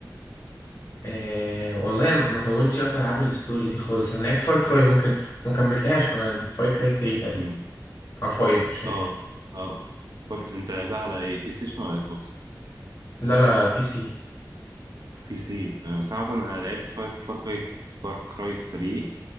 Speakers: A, on the left (about 45°); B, on the right (about 65°).
A: إيه والله ما ما طولتش في العاب الستوري دي خالص انا لعبت فار كراي ممكن ما كملتهاش كمان فار كراي 3 تقريبا
B: امم
A: او 5 مش فاكر
B: اه اه فار... انت لعبتها على اي بلاي ستيشن ولا اكس بوكس
A: لا لا بي سي
B: بي سي تمام بس انا مثلا انا لعبت فار فار كراي فار كراي 3